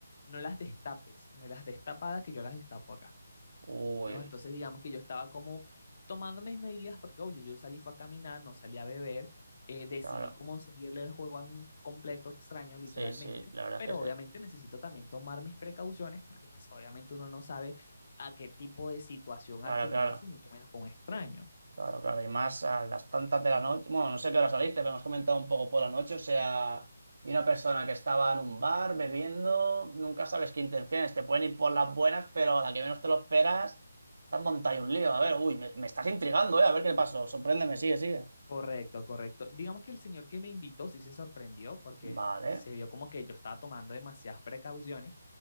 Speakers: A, on the left; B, on the right.
A: no las destapes, me las destapadas que yo las destapo acá.
B: Uy,
A: ¿no? Entonces, digamos que yo estaba como tomando mis medidas, porque obvio, yo salí fue a caminar, no salí a beber, eh, decidí
B: claro.
A: como seguirle el juego a un completo extraño, literalmente,
B: Sí, sí, la verdad
A: pero
B: es que
A: obviamente
B: sí.
A: necesito también tomar mis precauciones, porque pues obviamente uno no sabe a qué tipo de situación
B: Claro,
A: atenerse,
B: claro.
A: y mucho menos con un extraño.
B: Claro, claro, y más a las tantas de la noche. Bueno, no sé qué hora saliste, pero hemos comentado un poco por la noche. O sea, y una persona que estaba en un bar bebiendo, nunca sabes qué intenciones. Te pueden ir por las buenas, pero a la que menos te lo esperas, te has montado ahí un lío. A ver, uy, me, me estás intrigando, ¿eh? A ver qué pasó. Sorpréndeme, sigue, sigue.
A: Correcto, correcto. Digamos que el señor que me invitó sí se sorprendió porque
B: Vale,
A: se vio como que yo estaba tomando demasiadas precauciones,